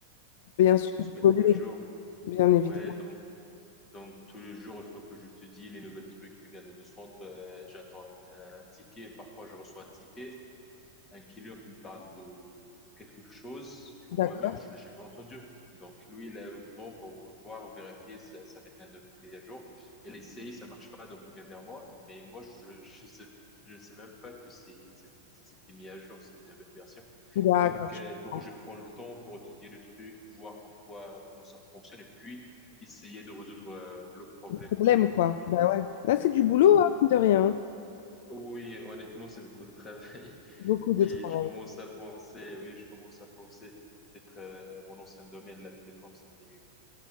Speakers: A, on the left; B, on the left.
A: Bien
B: de,
A: sûr,
B: de se mettre
A: polluer,
B: à jour.
A: bien évidemment.
B: Ouais, donc, donc tous les jours, il faut que je te dise les nouvelles trucs qui viennent de descendre. Euh, j'attends un, un ticket, parfois je reçois un ticket. un killer qui me parle de, de quelque chose que moi-même
A: D'accord.
B: je n'ai jamais entendu. Donc lui, il a eu le temps pour voir, vérifier si ça vient de notre mise à jour. Il essaye, ça marche pas, donc il vient vers moi. Mais moi, je, je sais, je ne sais même pas que c'est, c'est- ça s'était mis à jour, c'est une nouvelle version.
A: D'accord,
B: Donc
A: je
B: euh, il faut
A: comprends.
B: que je prenne le temps pour étudier le truc, voir pourquoi, comment ça fonctionne, et puis essayer de résoudre euh, le problème
A: Le problème,
B: que,
A: quoi.
B: le y
A: Bah ouais. Là, c'est du boulot,
B: Hmm.
A: hein, mine de rien. hein.
B: Oui, honnêtement, c'est beaucoup de travail.
A: Beaucoup de
B: Et
A: travail.
B: je commence à penser, oui, je commence à penser que peut-être euh, mon ancien domaine, la télécom, c'était mieux.